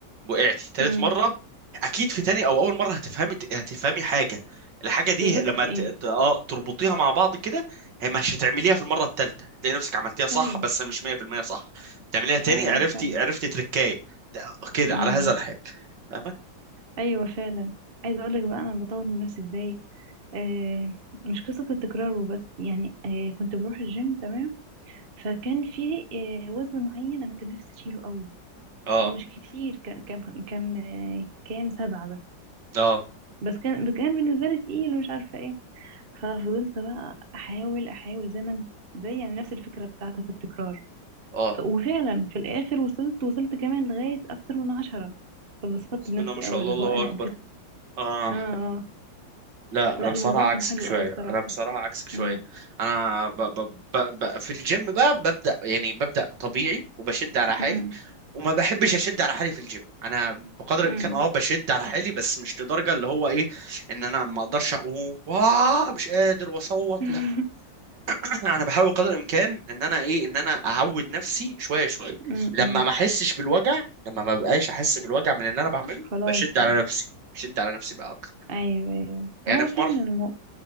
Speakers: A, on the right (about 65°); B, on the right (about 35°).
A: وقعتي تالت
B: امم
A: مره اكيد في تاني او اول مره هتفهمي هتفهمي حاجه الحاجه دي
B: غلطت
A: لما
B: في
A: ت...
B: ايه
A: ت- اه تربطيها مع بعض كده هي مش هتعمليها في المره التالته تلاقي نفسك عملتيها صح
B: فعلا
A: بس مش 100% صح تعمليها تاني
B: فعلا
A: عرفتي
B: فعلا
A: عرفتي تركايه ت- كده
B: امم
A: على هذا الحال فاهمه
B: ايوه فعلا عايزه اقول لك بقى انا بطور من نفسي ازاي آه مش قصه التكرار وبس يعني آه كنت بروح الجيم تمام فكان فيه آه وزن معين انا كان نفسي اشيله قوي
A: اه
B: هو مش كتير كان كان كان آه كام سبعه بس
A: اه
B: بس كان كان بالنسبه لي تقيل ومش عارفه ايه ففضلت بقى احاول احاول زي ما انت- زي يعني نفس الفكره بتاعتك التكرار
A: اه
B: ف- وفعلا في الاخر وصلت وصلت كمان لغاية اكتر من عشرة فبسطت
A: بسم
B: بنفسي
A: الله ما شاء
B: قوي
A: الله
B: اللي
A: الله
B: هو انا
A: اكبر
B: قدرت
A: اه
B: اه اه
A: لا
B: لا
A: انا بصراحه
B: الموضوع
A: عكسك
B: كان حلو
A: شويه
B: قوي بصراحة
A: انا بصراحه عكسك شويه
B: امم
A: انا ب ب ب ب في الجيم بقى ببدا يعني ببدا طبيعي وبشد على حالي
B: امم
A: وما بحبش اشد على حالي في الجيم انا بقدر
B: امم
A: الامكان اه بشد على حالي بس مش لدرجه اللي هو ايه ان انا ما اقدرش اقوم واه مش قادر واصوت
B: <laughs>
A: لا <clears throat> انا بحاول قدر الامكان ان انا ايه ان انا اعود نفسي شويه شويه
B: امم
A: لما
B: أمم.
A: ما احسش بالوجع لما ما بقاش احس بالوجع من اللي انا بعمله
B: خلاص
A: بشد على
B: بقى
A: نفسي بشد على نفسي بقى اكتر
B: ايوه ايوه
A: يعني
B: هو
A: في
B: فعلا
A: مره
B: المو...